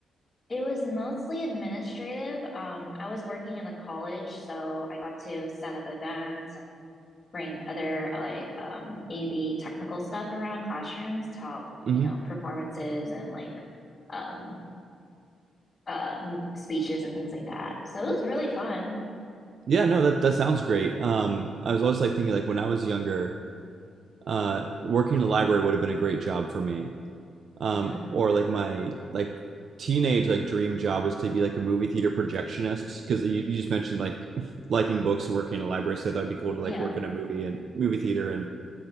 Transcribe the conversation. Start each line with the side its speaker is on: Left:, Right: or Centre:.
Left: It was mostly administrative. Um, I was working in a college, so I got to set up events and bring other uh, like um AV technical stuff around classrooms to help,
Right: hmm
Left: you know, performances and like um um speeches and things like that. So it was really fun.
Right: Yeah, no, that that sounds great. Um, I was always like thinking like when I was younger. uh, working in a library would have been a great job for me. Um,
Left: Yeah.
Right: or like my like teenage like dream job was to be like a movie theater projectionist because you, you just mentioned like <laughs> liking books and working in a library, so I thought it'd be cool to
Left: Yeah.
Right: like work in a movie and movie theater and